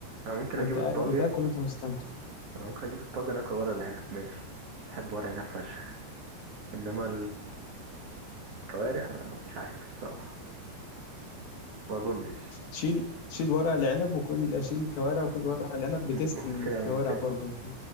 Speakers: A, on the right (about 65°); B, on the left (about 65°).
A: أنا ممكن
B: وأنت
A: أجيب الطاجن
B: قاعد بتاكل وأنت مستمتع
A: أنا ممكن أجيب الطاجن أكل ورق العنب ماشي بحب ورق العنب فشخ إنما الكوارع أنا مش عارف الصراحة ما أظنش
B: شيل شيل ورق العنب وكل شيل الكوارع وكل ورق العنب بتست
A: م- ممكن
B: الكوارع
A: أعمل كده
B: برضه ف...